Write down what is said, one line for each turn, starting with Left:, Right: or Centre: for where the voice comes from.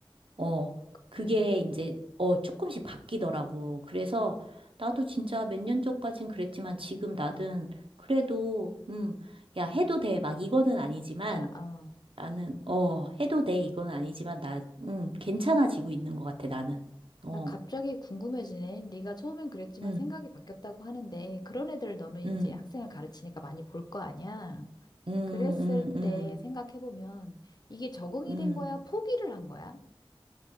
Right: 어, 그게
Left: 그래.
Right: 이제, 어, 조금씩 바뀌더라고. 그래서 나도 진짜 몇 년 전까진 그랬지만 지금 나는 그래도, 음, 야, 해도 돼. 막 이거는 아니지만
Left: 아, 아.
Right: 나는, 어, 해도 돼. 이건 아니지만 나, 음, 괜찮아지고 있는 것 같아, 나는.
Left: 나
Right: 어,
Left: 갑자기 궁금해지네. 네가 처음엔 그랬지만
Right: 음,
Left: 생각이 바뀌었다고 하는데, 그런 애들 너는 이제
Right: 음,
Left: 학생을 가르치니까 많이 볼 거 아니야?
Right: 음, 음,
Left: 그랬을
Right: 음,
Left: 때 생각해보면, 이게 적응이
Right: 음.
Left: 된 거야? 포기를 한 거야?